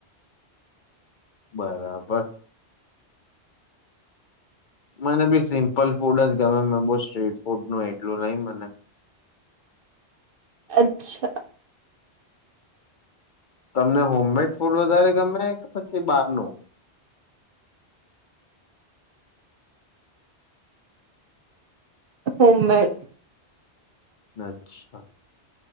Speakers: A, on the left; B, on the right.
A: બરાબર. મને બી સિમ્પલ ફૂડ જ ગમે, મે બો સ્ટ્રીટ ફૂડનું એટલું નહીં મને.
B: અચ્છા.
A: તમને હોમ મેડ ફૂડ વધારે ગમે કે પછી બારનું?
B: Home made.
A: અચ્છા.